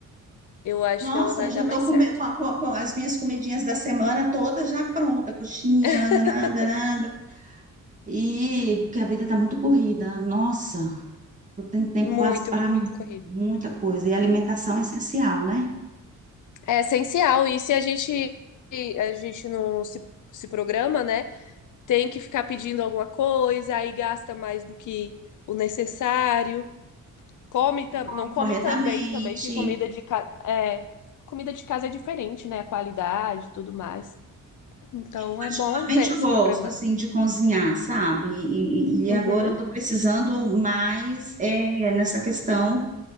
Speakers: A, on the left; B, on the right.
A: eu acho
B: Nossa,
A: que ela vai
B: já
A: dar mais
B: tô com,
A: certo.
B: com, com- com as minhas comidinhas da semana todas já pronta, coxinha,
A: <laughs>
B: danada, danada. E porque a vida está muito corrida. Nossa, eu tenho tempo
A: Muito
B: quase para mu-
A: corrida.
B: muita coisa. E a alimentação é essencial, né?
A: É essencial. E se a gente, a gente não se, se programa, né? Tem que ficar pedindo alguma coisa, aí gasta mais do que o necessário. Come tam,
B: Come
A: não come
B: corretamente.
A: tão bem também, que comida de, casa é, comida de casa é diferente, né? A qualidade e tudo mais. Então
B: Eu particularmente
A: é bom ter,
B: eu
A: se
B: gosto
A: programar.
B: assim de cozinhar, sabe? E, e-
A: Uhum.
B: e agora eu estou precisando mais é, nessa questão